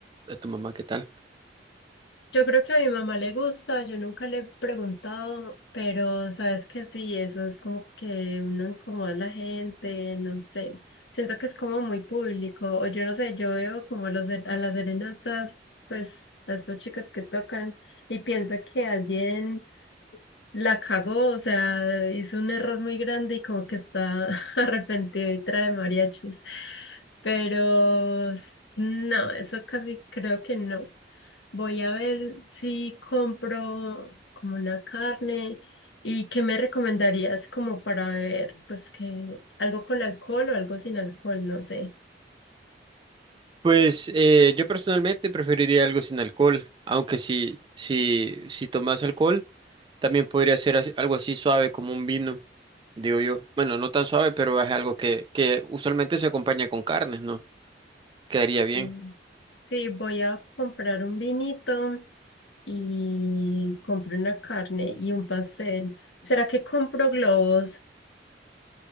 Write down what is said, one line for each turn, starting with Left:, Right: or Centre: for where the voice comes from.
Right: a tu mamá qué tal.
Left: Yo creo que a mi mamá le gusta, yo nunca le he preguntado, pero sabes que sí, eso es como que uno incomoda a la gente, no sé, siento que es como muy público, o yo no sé, yo veo como los, ser- a las serenatas, pues a estos chicos que tocan y pienso que alguien la cagó, o sea, hizo un error muy grande y como que está <laughs> arrepentido y trae mariachis. Pero s- no, eso casi creo que no. Voy a ver si compro como una carne y qué me recomendarías como para beber, pues que algo con alcohol o algo sin alcohol, no sé.
Right: Pues eh, yo personalmente preferiría algo sin alcohol, aunque si, si, si tomas alcohol, también podría ser as- algo así suave como un vino, digo yo. Bueno, no tan suave, pero es algo que, que usualmente se acompaña con carnes, ¿no? Quedaría bien.
Left: Sí, Sí, voy a comprar un vinito y compré una carne y un pastel. ¿Será que compro globos?